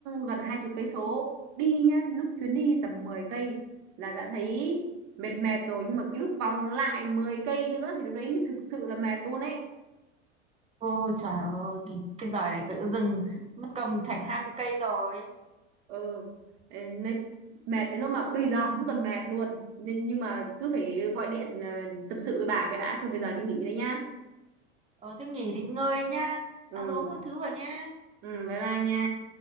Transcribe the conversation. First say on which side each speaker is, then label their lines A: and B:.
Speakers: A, on the right; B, on the right.
A: gần hai chục cây số đi nhá lúc chuyến đi tầm 10 cây là đã thấy mệt mệt rồi nhưng mà cái lúc vòng lại 10 cây nữa thì lúc đấy mới thực sự là mệt luôn ấy
B: Ôi trời ơi cái, cái giời này tự dưng mất công thành 20 cây rồi
A: ừ nói- mệt đến lúc mà bây giờ không còn mệt luôn nhưng, nhưng mà cứ phải gọi điện ờ, tâm sự với bà cái đã thôi bây giờ đi nghỉ đây nhá
B: ờ thế nghỉ đi ngơi đi nhá
A: ừ
B: ăn uống một thứ vào nhá
A: ừ bye bye nha